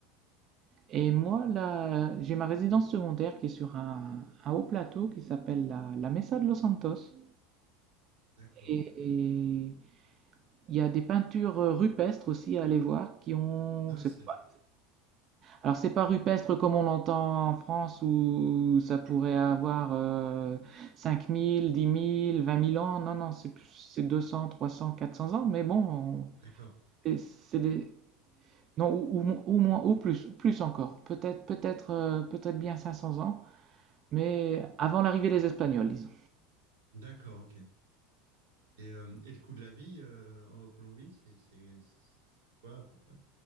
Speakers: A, on the right (about 45°); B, on the right (about 75°).
A: Et moi, là, j'ai ma résidence secondaire qui est sur un, un haut plateau qui s'appelle la, la Mesa de Los Santos.
B: D'accord.
A: Et et il y a des peintures euh, rupestres aussi à aller voir qui ont.
B: Ah
A: c'est
B: ouais, ça,
A: pas-
B: je-
A: Alors, c'est pas rupestre comme on l'entend en France où ça pourrait avoir euh, cinq mille, dix mille, vingt mille ans. Non, non, c'est plus- c'est deux cents, trois cents, quatre cents ans. Mais bon, on-
B: D'accord.
A: c'est c'est des, Non, ou, ou mo- ou moins, ou plus, plus encore. Peut-être, peut-être, euh, peut-être bien 500 ans, mais avant l'arrivée des Espagnols, disons.
B: D'accord, ok. Et, euh, et le coût de la vie euh, en Colombie, c'est c'est- c'est quoi à peu près?